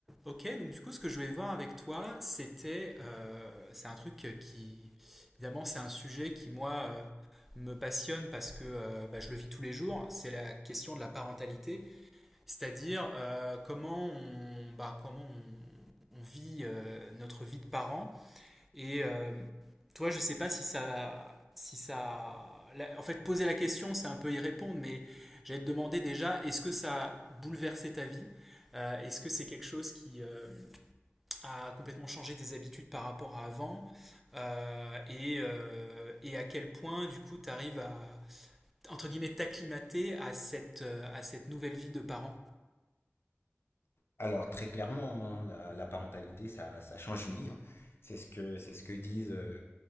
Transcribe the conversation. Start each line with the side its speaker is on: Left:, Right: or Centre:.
Centre: Ok, donc du coup, ce que je voulais voir avec toi, c'était, euh, c'est un truc qui, évidemment, c'est un sujet qui, moi, euh, me passionne parce que euh, bah, je le vis tous les jours, c'est la question de la parentalité, c'est-à-dire euh, comment on, bah, comment on, on vit euh, notre vie de parent. Et euh, toi, je sais pas si ça, si ça, la- en fait, poser la question, c'est un peu y répondre, mais j'allais te demander déjà, est-ce que ça a bouleversé ta vie? Euh, est-ce que c'est quelque chose qui, euh, à complètement changer tes habitudes par rapport à avant euh, et, euh, et, à quel point du coup tu arrives à entre guillemets t'acclimater à cette, euh, à cette nouvelle vie de parent.
Left: Alors très clairement, hein, la, la parentalité, ça, ça change une vie. hein. C'est ce que c'est ce que disent euh,